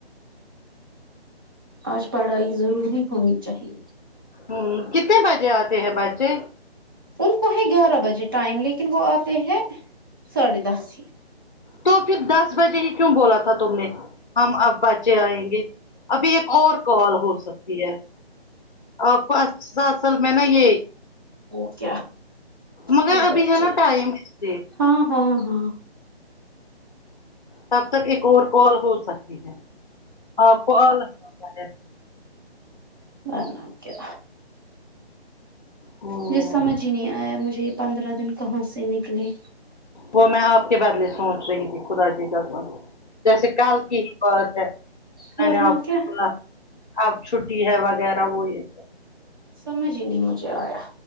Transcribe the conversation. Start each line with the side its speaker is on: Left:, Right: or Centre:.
Right: آج پڑھائی ضروری ہونی چاہیے
Left: ہوں کتنے بجے آتے ہیں بچے
Right: ان کو ہے گیارہ بجے ٹائم لیکن وہ آتے ہیں ساڑھے دس ہی
Left: تو پھر دس بجے ہی کیوں بولا تھا تم نے ہم اب بچے آئیں گے ابھی ایک اور کال ہو سکتی ہے اب پانچ سات سال میں نا یہ
Right: وہ کیا
Left: مگر
Right: وہ
Left: ابھی
Right: بچے
Left: ہے نا ٹائم اسلئے
Right: ہاں ہاں ہاں
Left: تب تک ایک اور کال ہو سکتی ہے آپ کو آلس آتا ہے
Right: بنا کیا
Left: ہمم
Right: یہ سمجھ ہی نہیں آیا مجھے یہ پندرہ دن کہاں سے نکلے
Left: وہ میں آپ کے بدلے سونچ رہی تھی خدا کی قسم جیسے کل کی ہی بات ہے
Right: ورنہ
Left: میں نے آپ کو
Right: کیا
Left: بولا اب چھٹی ہے وغیرہ وہ یہ
Right: سمجھ ہی نہیں مجھے آیا